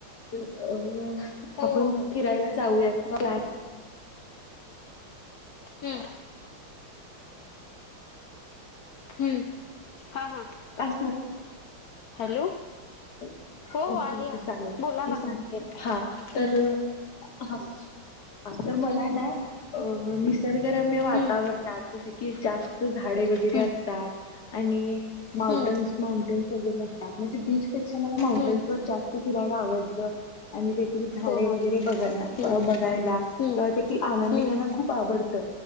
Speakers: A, on the left (about 55°); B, on the left (about 85°).
A: तर अ
B: हो
A: आपण
B: हो हो
A: फिरायला जाऊयात बला
B: हूं! हूं! हां हां
A: आज
B: हॅलो.
A: ओकेे,
B: हो हो आहे
A: ओके
B: आहे
A: चालेल
B: बोला ना
A: मी सांगेन
B: तुम्ही
A: हा तर
B: हम्म
A: हा तर मला ना अ निसर्गरम्य वातावरणात
B: हम्म
A: जसे की जास्त झाडे वगैरे
B: हम्म
A: असतात आणि माउंटेन
B: हम्म
A: माउंटन्स वगैरे असतात, म्हणजे बीचपेक्षा मला माउंटन्स
B: हम्म
A: वर जास्त फिरायला ला आवडतं आणि ते झाडे
B: हो हो
A: वगैरे बघायला,
B: हम्म
A: बघायला,
B: हम्म
A: तेव्हा तेथील आनंद
B: हम्म
A: घ्यायला खूप आवडतं